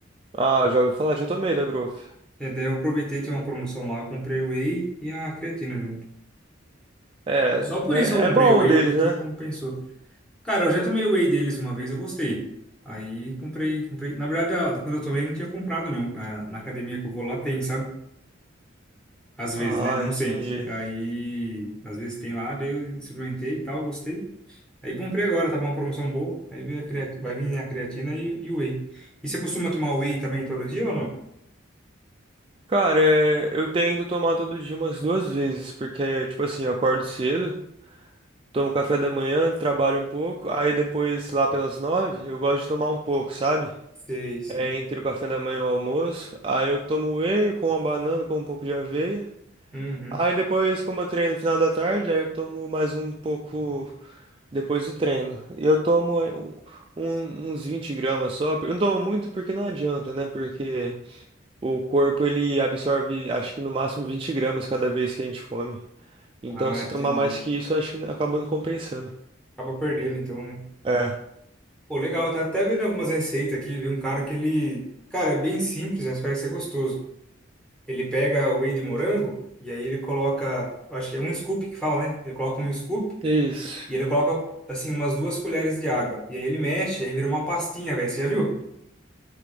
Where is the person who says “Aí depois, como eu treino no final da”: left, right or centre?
Right